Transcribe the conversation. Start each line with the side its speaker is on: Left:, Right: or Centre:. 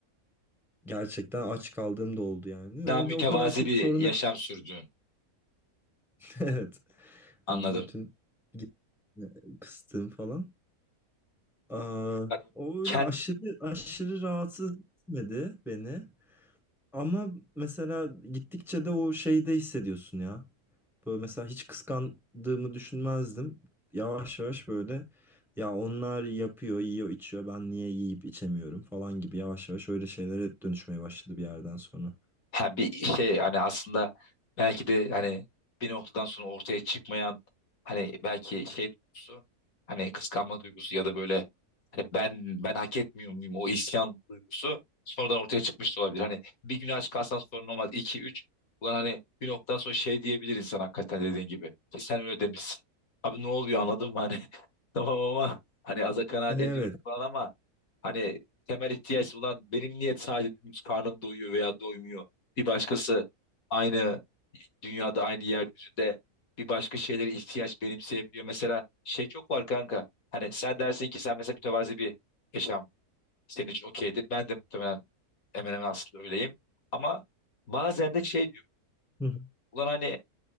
Centre: gerçekten aç kaldığım da oldu yani.
Left: daha
Centre: Öyle
Left: mütevazi
Centre: o kadar çok
Left: bir
Centre: sorun
Left: yaşam sürdüğün
Centre: <laughs> evet.
Left: anladım.
Centre: Hani bütün git- e, kıstığım falan. Aa,
Left: Bak,
Centre: o öyle
Left: kend-
Centre: aşırı aşırı rahatsız etmedi beni. Ama mesela gittikçe de o şeyi de hissediyorsun ya. Böyle mesela hiç kıskandığımı düşünmezdim. Yavaş yavaş böyle ya onlar yapıyor, yiyor, içiyor. Ben niye yiyip içemiyorum falan gibi yavaş yavaş öyle şeylere dönüşmeye başladı bir yerden sonra.
Left: Ha bir şey hani aslında belki de hani bir noktadan sonra ortaya çıkmayan hani belki şey duygusu hani kıskanma duygusu ya da böyle hani ben ben hak etmiyor muyum o isyan duygusu sonradan ortaya çıkmış da olabilir. Hani bir gün aç kalsan sorun olmaz. iki üç ulan hani bir noktadan sonra şey diyebilir insan hakikaten dediğin gibi. Ki sen öyle demişsin. Abi ne oluyor anladın mı hani <laughs> tamam ama hani aza kanaat
Centre: Evet.
Left: ediyorum falan ama Hani temel ihtiyaç olan benim niyet sadece dümdüz karnım doyuyor veya doymuyor. Bir başkası aynı dünyada aynı yeryüzünde bir başka şeylere ihtiyaç benimseyebiliyor. Mesela şey çok var kanka. Hani sen dersin ki sen mesela mütevazi bir yaşam senin için okeydir. Ben de muhtemelen hemen hemen aslında öyleyim. Ama bazen de şey diyorum.
Centre: Hı hı.
Left: Ulan hani